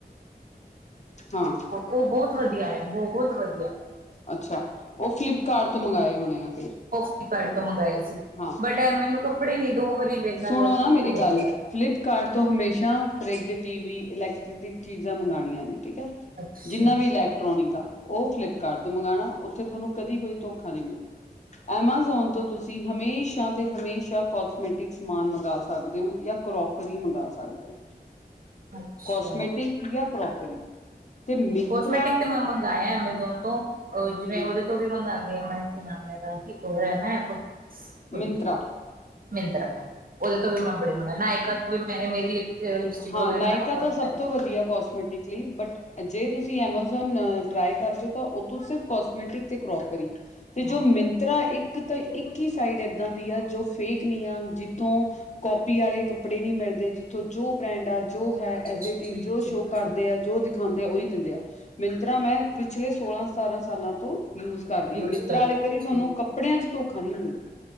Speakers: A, on the left; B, on the right.
A: ਹਾਂ
B: ਉਹ ਬਹੁਤ ਵਧੀਆ ਹੈ ਬਹੁਤ ਵਧੀਆ
A: ਅੱਛਾ ਉਹ ਫਲਿੱਪਕਾਰਟ ਤੋਂ ਮੰਗਵਾਏ ਹੋਣੇ ਆ ਫਿਰ
B: ਫਿਲਿਪਕਾਰਟ <unintelligible> ਤੋਂ ਮੰਗਾਏ ਸੀ।
A: ਹਾਂ
B: ਬਟ ਮੈਨੂੰ ਕੱਪੜੇ ਨੀ ਦੋ ਵਾਰੀ ਮੇਰੇ ਨਾਲ
A: ਸੁਣੋ ਨਾ ਮੇਰੀ
B: ਹੋ
A: ਗੱਲ
B: ਗਿਆ
A: ਫਲਿੱਪਕਾਰਟ ਤੋਂ ਹਮੇਸ਼ਾ ਫਰਿਜ ਟੀਵੀ ਇਲੈਕਟ੍ਰਿਕ ਚੀਜ਼ਾਂ ਮੰਗਾਣੀਆਂ ਨੇ ਠੀਕ ਹੈ।
B: ਅੱਛਾ
A: ਜਿੰਨਾ ਵੀ ਲੈ ਟੋਨਿਕਾ ਉਹ ਫਲਿੱਪਕਾਰਟ ਤੋਂ ਮੰਗਾਣਾ ਉੱਥੇ ਤੁਹਾਨੂੰ ਕਦੀ ਕੋਈ ਧੋਖਾ ਨਹੀ ਮਿਲੂ ਐਮਾਜ਼ੋਨ ਤੋਂ ਤੁਸੀਂ, ਤੁਸੀਂ ਹਮੇਸ਼ਾ ਤੇ ਹਮੇਸ਼ਾ ਕੋਸਮੈਟਿਕ ਸਮਾਨ ਮੰਗਵਾ ਸਕਦੇ ਹੋ, ਜਾਂ ਕਰੋਕਰੀ ਮੰਗਵਾ ਸਕਦੇ ਹੋ,
B: ਅੱਛਾ
A: ਕਸਮੈਟਿਕ ਜਾਂ ਕਰੋਕਰੀ, ਤੇ ਮਿੰਤਰਾ
B: ਕੋਸਮੈਟਿਕ ਤੇ ਮੈਂ ਮੰਗਿਆ ਐਮਾਜੋਨ ਤੋਂ, ਉਹ
A: ਹਮ
B: ਜਿਵੇਂ ਉਹਦੇ ਤੋਂ ਵੀ ਮੰਗਵਾਉਂਦੀ ਆ ਮੈਂ ਨਾਾਮੇ ਦਾ ਹੀ ਹੈ, ਨਾ ਕੁ
A: ਮਿੰਤਰਾ
B: ਮਿੰਤਰਾ ਉਹਦੇ ਤੋਂ ਵੀ ਮੈਂ ਬੜੇ ਮੰਗ ਨਾਇਕਾ ਤੋਂ ਵੀ ਮੈਂ ਮੇ
A: ਹਾਂ
B: ਵੈ
A: ਨਾਇਕਾ ਤਾਂ ਸਭ ਤੋਂ ਵਧੀਆ ਕੋਸਮੈਟਿਕ ਬਟ ਜੇ ਤੁਸੀਂ ਜੀ ਐਮਾਜ਼ੋਨ ਟਰਾਏ ਕਰਦੇ ਹੋ ਤਾਂ ਉਥੋ ਸਿਰਫ ਕੋਸਮੇਟਿਕ ਤੇ ਕਰੋਕਰੀ ਤੇ
B: ਹਾਂ
A: ਜੋ ਮ ਤ੍ਹਾਂ ਇੱਕ ਤੋਂ ਇੱਕ ਹੀ ਸਾਈਡ ਏਦਾਂ ਦੀ ਆ ਜੋ ਫੇਕ ਨੀ ਆ ਜਿੱਥੋਂ ਕੋਪੀ ਆਲੇ ਕੱਪੜੇ ਨੀ ਮਿਲਦੇ ਜਿੱਥੋਂ ਜੋ ਬ੍ਰੈਂਡ ਆ ਜੋ ਹੈ
B: ਅੱਛਾ
A: ਐਜ
B: ਅੱਛਾ
A: ਇਟ
B: ਠੀਕ
A: ਇਜ਼ ਜੋ
B: ਠੀਕ
A: ਸ਼ੋ ਕਰਦੇ
B: ਠੀਕ
A: ਆ ਜੋ ਖਾਂਦਿਆਂ ਉਹੀ ਦਿੰਦ ਆ ਮਿੰਤਰਾ ਮੈਂ ਪਿਛਲੇ ਸੋਲਾਂ ਸਤਾਰਾਂ ਸਾਲਾਂ ਤੋਂ ਯੂਜ ਕਰਦੀਆਂ
B: ਯੂਜ਼
A: ਮਿੰਤਰਾਂ
B: ਕਰ ਲਓ
A: ਆਲੇ
B: ਠੀਕ
A: ਕਦੀ ਤੁਹਾਨੂੰ ਕ ਕੱਪੜਿਆਂ
B: ਹੈ,
A: ਚ ਧੋਖਾ ਨਹੀਂ